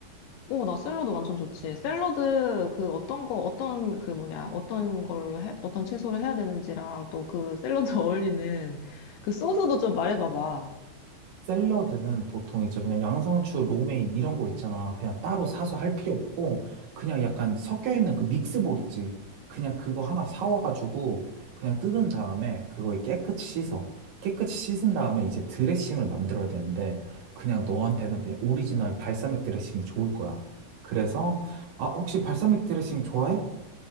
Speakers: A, on the left; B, on the right.
A: 오, 나 샐러드 완전 좋지. 샐러드 그 어떤 거 어떤 그 뭐냐 어떤 걸로 해 어떤 채소를 해야 되는지랑 또 그 샐러드 <laughs> 어울리는 그 소스도 좀 말해봐봐.
B: 샐러드는 보통 이제 그냥 양상추, 로메인 이런 거 있잖아. 그냥 따로 사서 할 필요 없고 그냥 약간 섞여 있는 그 믹스볼 있지. 그냥 그거 하나 사와가지고 그냥 뜯은 다음에 그거 깨끗이 씻어. 깨끗이 씻은 다음에 이제 드레싱을 만들어야 되는데 그냥 너한테는 그냥 오리지널 발사믹 드레싱이 좋을 거야. 그래서 아 혹시 발사믹 드레싱 좋아해?